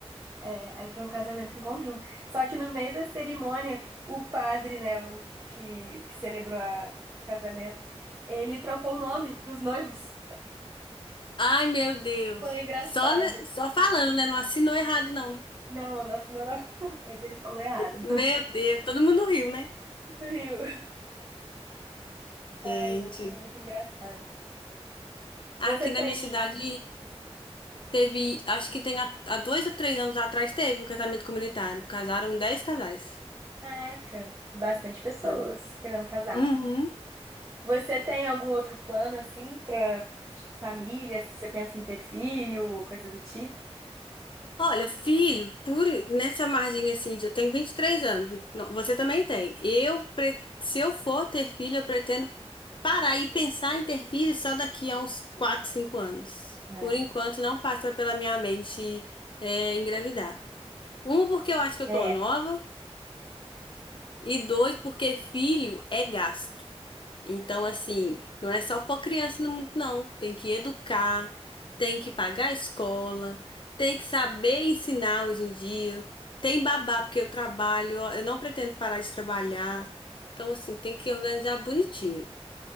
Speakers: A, on the right; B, on the left.
A: É, aí foi um casamento em conjunto. Só que no meio da cerimônia, o padre, né, o que, que celebrou a- o casamento, ele trocou o nome dos noivos.
B: Ai, meu Deus.
A: Foi engraçado.
B: Só, na- só falando, né? Não assinou errado, não. né?
A: Não, nossa, não, não, <laughs> mas ele falou errado.
B: Meu
A: <laughs>
B: Deus, todo mundo riu, né?
A: Rio. Ai,
B: Gente,
A: mas foi muito engraçado.
B: aqui
A: Você tem,
B: na minha cidade teve, acho que tem há, há dois ou três anos atrás teve o casamento comunitário. Casaram dez casais.
A: caraca, bastante pessoas
B: Olha.
A: querendo casar.
B: Uhum.
A: Você tem algum outro plano assim para de família? Se Você pensa em ter filho ou coisa do tipo?
B: Olha, filho, por nessa margem assim, de- eu tenho 23 anos. Não, Você também tem. Eu, pre- se eu for ter filho, eu pretendo parar e pensar em ter filho só daqui a uns 4, 5 anos.
A: É.
B: Por enquanto, não passa pela minha mente, é, engravidar. Um, porque eu acho que eu
A: É,
B: tô nova, e dois, porque filho é gasto. Então, assim, não é só pôr criança no mundo, não. Tem que educar, tem que pagar a escola, tem que saber ensinar hoje em dia. Tem babá, porque eu trabalho, ó, eu não pretendo parar de trabalhar. Então, assim, tem que organizar bonitinho.